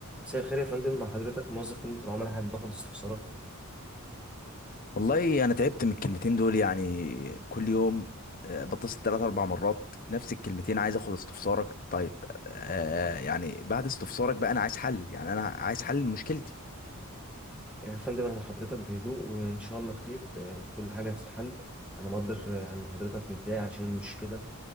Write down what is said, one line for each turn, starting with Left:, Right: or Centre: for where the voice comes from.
Centre: مساء الخير يا فندم مع حضرتك موظف خدمة العملاء حابب باخد استفسارات
Left: والله انا تعبت من الكلمتين دول يعني كل يوم آه، بتصل ثلاث اربع مرات نفس الكلمتين عايز اخد استفسارك طيب آه يعني بعد استفسارك بقى انا عايز حل يعني انا عايز حل مشكلتي
Centre: يعني يا فندم انا مع حضرتك بهدوء وان شاء الله خير آه، كل حاجة هتتحل انا مقدر آه، ان حضرتك متضايق عشان المشكلة